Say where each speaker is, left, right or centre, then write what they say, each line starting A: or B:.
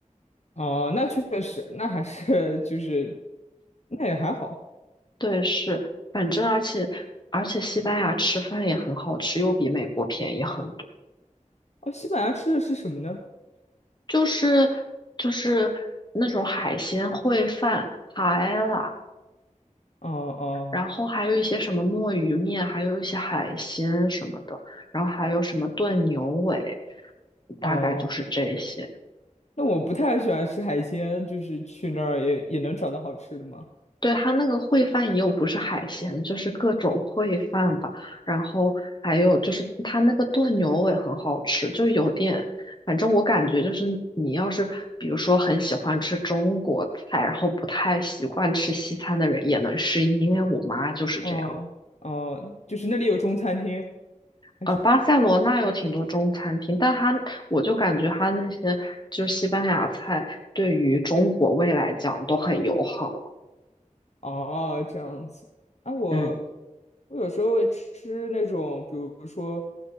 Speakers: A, on the left (about 55°); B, on the left (about 35°).
A: 哦，那确实，那还是 <laughs> 就是，那也还好。
B: 对，是，反正而且而且西班牙吃饭也很好吃，又比美国便宜很多。
A: 哦，西班牙吃的是什么呢？
B: 就是就是那种海鲜烩饭、海啦，
A: 哦哦
B: 然后还有一些什么墨鱼面，还有一些海鲜什么的，然后还有什么炖牛尾，
A: 哦，
B: 大概就是这些。
A: 那我不太喜欢吃海鲜，就是去那儿也也能找到好吃的吗？
B: 对，它那个烩饭也有不是海鲜，就是各种烩饭吧。然后还有就是它那个炖牛尾很好吃，就有点，反正我感觉就是你要是比如说很喜欢吃中国菜，然后不太习惯吃西餐的人也能适应，因为我妈就是这样。
A: 哦哦，就是那里有中餐厅，还
B: 呃，巴塞罗那有挺多中餐厅，但它我就感觉它那些就是西班牙菜对于中国胃来讲都很友好。
A: 哦，这样子。啊，我
B: 嗯。
A: 我有时候会吃那种，比如说，